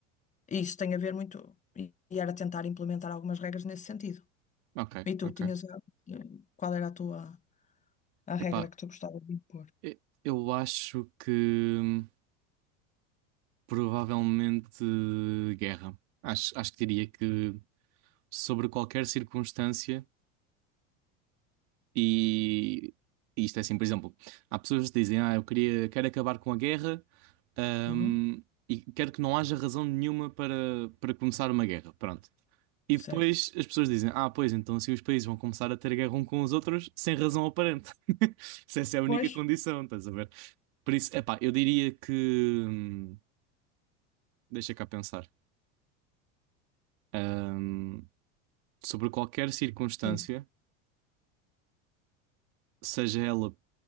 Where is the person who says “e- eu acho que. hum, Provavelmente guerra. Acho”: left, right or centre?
Right